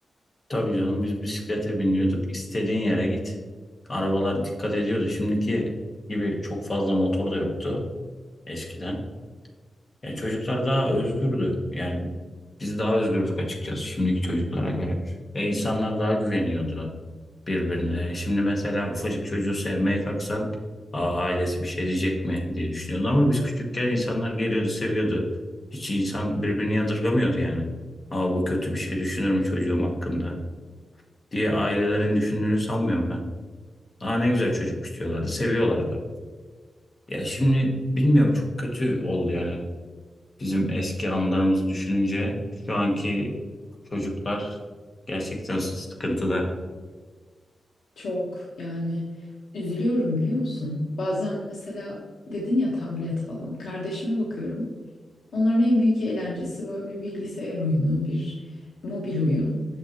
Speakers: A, on the left; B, on the left.
A: tabii canım biz bisiklete biniyorduk. İstediğin yere git. Arabalar dikkat ediyordu. Şimdiki gibi çok fazla motor da yoktu eskiden. Ya çocuklar daha özgürdü. Yani biz daha özgürdük açıkçası şimdiki çocuklara göre. Ve insanlar daha güveniyordu birbirine. Şimdi mesela ufacık çocuğu sevmeye kalksan Aa, ailesi bir şey diyecek mi diye düşünüyordu. Ama biz küçükken insanlar geliyordu seviyordu. Hiç insan birbirini yadırgamıyordu yani. Aa bu kötü bir şey düşünür mü çocuğum hakkında diye ailelerin düşündüğünü sanmıyorum ben. Aa ne güzel çocukmuş diyorlardı seviyorlardı. Ya şimdi bilmiyorum çok kötü oldu yani. Bizim eski anılarımızı düşününce şu anki çocuklar gerçekten sıkıntıda.
B: Çok yani üzülüyorum biliyor musun? Bazen mesela dedin ya tablet falan. Kardeşime bakıyorum. Onların en büyük eğlencesi böyle bir bilgisayar oyunu, bir mobil oyun.